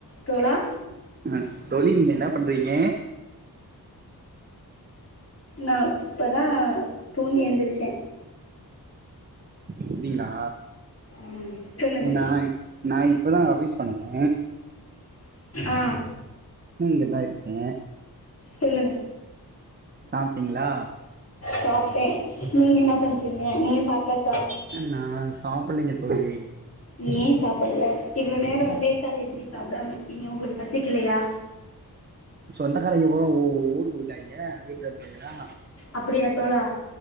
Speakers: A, on the left; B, on the right.
A: தோழா
B: அ தோழி நீங்க என்னா பண்றீங்க
A: நா இப்பதா தூங்கி எந்துருச்சே
B: அப்டிங்களா
A: ம் சொல்லுங்க
B: நா நா இப்பதா ஆஃபீஸ் வந்தே
A: ஆ
B: இங்கதா இருக்கே
A: சொல்லுங்க
B: சாப்ட்டீங்களா
A: சாப்ட்டே நீங்க என்னா பண்றீங்க நீங்க சாப்டாச்சா
B: நா சாப்பல்லைங்க தோழி
A: ஏ சாப்பல்ல இவ்ளோ நேரோ லேட்டாவுது எப்டி சாப்டாம இருக்கீங்க ஒங்களுக்கு பசிக்கலயா
B: சொந்தக்காரைங்க பூறா ஊ ஊருக்கு போயிட்டாங்க வீட்ல இருந்தவைங்களா
A: அப்படியாத்தோழா